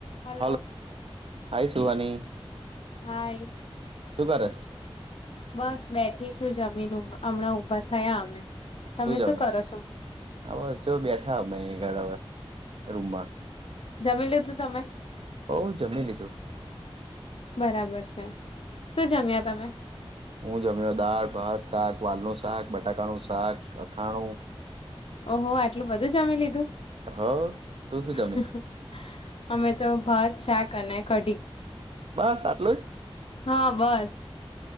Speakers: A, on the left (about 70°); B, on the right (about 70°).
A: Hello
B: hello, hi Suhani.
A: Hi
B: સુું કરસ?
A: બસ બેઠી છું જમીન, ઉભ હમણાં ઊભા થયા અમે. તમે
B: શું જમી?
A: કરો છો
B: હા બસ, જો બેઠા અમેય. <unintelligible> રૂમમાં
A: જમી લીધું તમે?
B: હૌ, જમી લીધું.
A: બરાબર છે. શું જમ્યા તમે
B: હું જમ્યો દાળ ભાત શાક વાલનું શાક, બટાકાનું શાક, અથાણું.
A: ઓહો! આટલું બધું જમી લીધું!
B: હ તું શું જમી
A: હં હં. અમે તો ભાત, શાક અને કઢી.
B: બસ, આટલું જ?
A: હા, બસ.